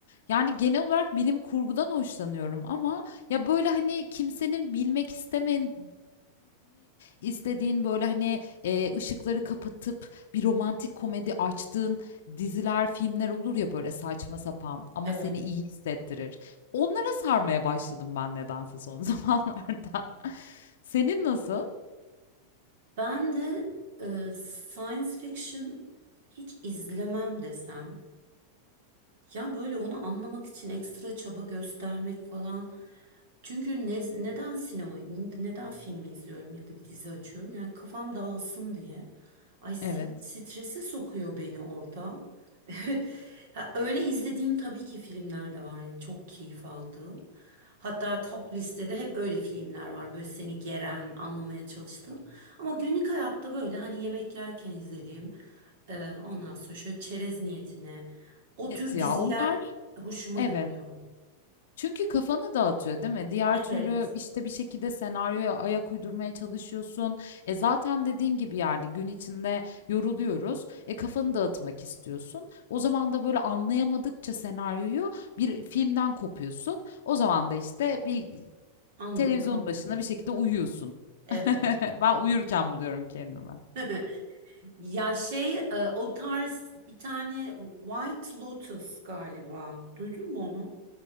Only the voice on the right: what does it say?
Evet.
Ben de e, science fiction hiç izlemem desem. Ya böyle onu anlamak için ekstra çaba göstermek falan. Çünkü ne- neden sinema, neden film izliyorum ya da bir dizi açıyorum? Yani kafam dağılsın diye. Ay s-
strese sokuyor beni orada. <laughs> Ya öyle izlediğim tabii ki filmler de var. Yani çok keyif aldığım. Hatta top listede hep öyle filmler var. Böyle seni geren, anlamaya çalıştığım. Ama günlük hayatta böyle hani yemek yerken izlediğim, e, ondan sonra şöyle çerez niyetine o
tür
diziler
hoşuma
gidiyor.
Evet,
anlamı
kalmıyor.
Evet.
<laughs> Ya şey e, o tarz bir tane White Lotus galiba. Duydun mu onu?